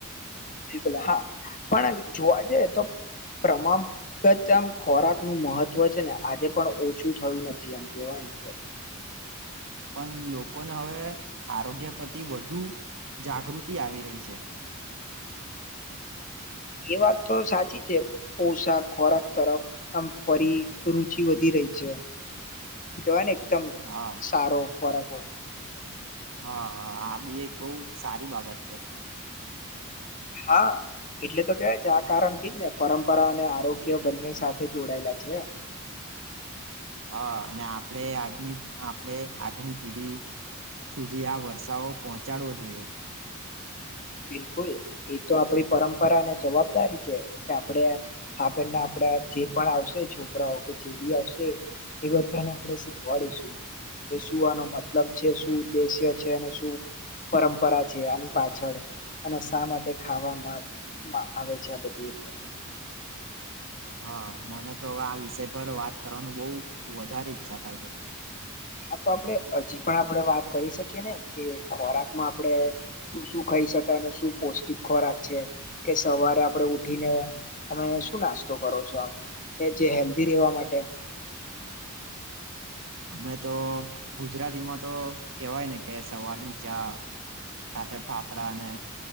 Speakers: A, on the left (about 40°); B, on the right (about 60°).
A: બિલકુલ હા પણ જોવા જયે તો પ્રમામ કતો આમ ખોરાકનું મહત્વ છે ને આજે પણ ઓછું થયું નથી એમ કેવાય ને તો
B: પન લોકોને હવે આરોગ્ય પ્રતિ વધુ જાગૃતિ આવી રહી છે.
A: એ વાત તો સાચી છે પોશાક ખોરાક તરફ આમ ફરી રુચિ વધી રહી છે. કે કેવાય ને એકદમ
B: હા
A: સારો ખોરાક હોય.
B: હાં આ બી એક બઉ સારી બાબત છે.
A: હા. એટલે તો કેવાય છે આ કારણ થી જ ને પરંપરા અને આરોગ્ય બંને સાથે જોડાયેલા છે.
B: હા અને આપડે આગમી આપડે આગની પેઢી સુધી આ વર્ષાઓ પહોંચાડવો જોઈએ.
A: બિલકુલ એતો આપડી પરંપરા ને જવાબદારી છે કે આપડે આપનના આપડા જે પણ આવશે છોકરાઓ કે જેવી આવશે એ બધાને આપડે શીખવાડીશું. કે શું આનો મતલબ છે શું ઉદ્દેશ્ય છે અને શું પરંપરા છે આની પાછળ. અને શા માટે ખાવામાં માં આવે છે આ બધું એટલે.
B: હા મને તો હવે આ વિષય પર વાત કરવાનું બઉ વધારે ઈચ્છા થાય છે.
A: હા તો આપડે હજી પણ આપડે વાત કરી શકીએ ને કે ખોરાક માં આપડે શું શું ક કરી શકાય અને શું પૌષ્ટિક ખોરાક છે કે સવારે આપડે ઉઠીને તમે શું નાસ્તો કરો છો આમ કે જે હેલ્ધી રહેેવા માટે.
B: <inaudible> અમે તો ગુજરાતીમાં તો કેવાય ને કે સવાર ની ચા સાથે ફાફડા અને